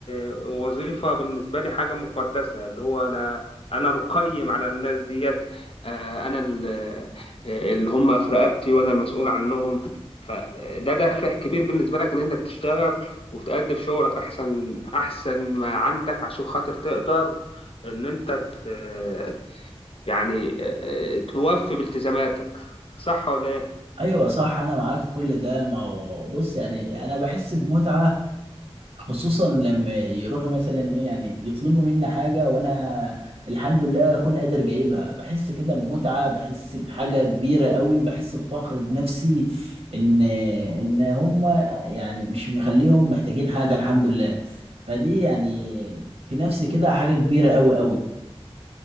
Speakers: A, on the left; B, on the right.
A: آه، وظيفة بالنسبة لي حاجة مقدسة اللي هو انا انا القيم على الناس ديت آه، انا ال- آه، اللي هم في رقبتي وانا المسؤول عنهم فده دافع كبير بالنسبة لك إن أنت بتشتغل وتأدي في شغلك أحسن أحسن ما عندك عشان خاطر تقدر إن أنت ت- يعني آه، توفي بالتزاماتك صح ولا إيه؟
B: ايوه صح انا معاك في كل ده ما هو بص يعني انا بحس بمتعه خصوصا لما يروحوا مثلا ايه يعني يطلبوا مني حاجه وانا الحمد لله اكون قادر جايبها بحس كده بمتعه بحس بحاجه كبيره قوي بحس بفخر بنفسي ان ان هم يعني مش مخليهم محتاجين حاجه الحمد لله فدي يعني في نفسي كده حاجه كبيره قوي قوي